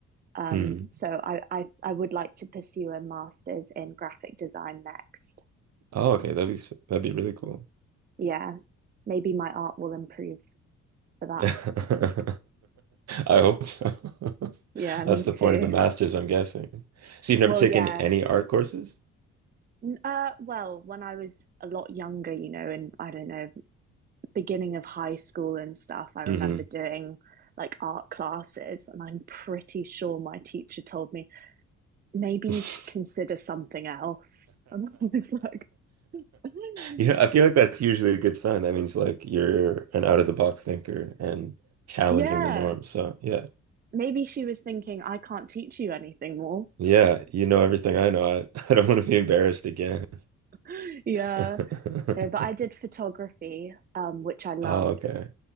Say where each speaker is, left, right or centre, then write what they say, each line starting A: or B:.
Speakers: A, on the right (about 30°); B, on the right (about 60°).
A: Um,
B: Mm.
A: so I, I I would like to pursue a master's in graphic design next.
B: Oh, okay. That'd be s- that'd be really cool.
A: Yeah, maybe my art will improve
B: <laughs>
A: for that.
B: I
A: <laughs>
B: hope so. <laughs>
A: yeah, me
B: That's
A: too.
B: the point of the master's, I'm guessing. So you've never
A: Well,
B: taken
A: yeah.
B: any art courses?
A: Uh, well, when I was a lot younger, you know, in I don't know, beginning of high school and stuff, I remember
B: hmm
A: doing like art classes, and I'm pretty sure my teacher told me, maybe
B: <laughs>
A: you should consider something else. <laughs> And I was like, <laughs>
B: You know, I feel like that's usually a good sign. That means like you're an out of the box thinker and challenging
A: yeah,
B: the norm. So yeah,
A: maybe she was thinking, I can't teach you anything more.
B: yeah, you know everything I know. I, <laughs> I don't want to be embarrassed again.
A: <laughs> yeah.
B: <laughs>
A: No, but I did photography, um, which I loved,
B: Oh, okay.